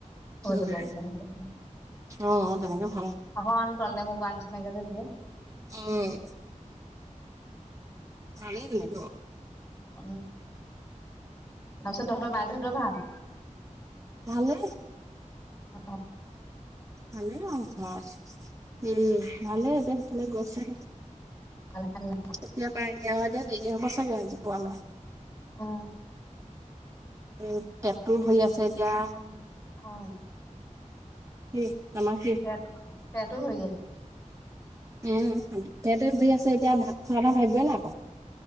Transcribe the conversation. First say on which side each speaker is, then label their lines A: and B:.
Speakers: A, on the left; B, on the right.
A: হৈ
B: উম
A: যাব বোলে স
B: অ তেনেকে ভাল
A: অ। চলে মোক আনিছিনাকে দিয়ে।
B: আহ নালে নে গ।
A: উ তাৰপিছত তহঁতৰ বাইদেউহঁতৰ ভাল
B: ভালেই
A: অ।
B: ভালে আ ঘৰ আ উম ভালে এতি সেইফাল গছে।
A: অল্াহ্
B: এতিয়াপ আহয়া দে ন বছাগেজ পোৱালা
A: আহ
B: এ টেটটো হৈ আছে এতিয়া।
A: অ অ
B: কি তম কি
A: পেটো পেটো ভৰি আছে
B: উম সিহঁতেৰি আছে এতিয়া ভাত খোৱা এথা ভাবিবই ন।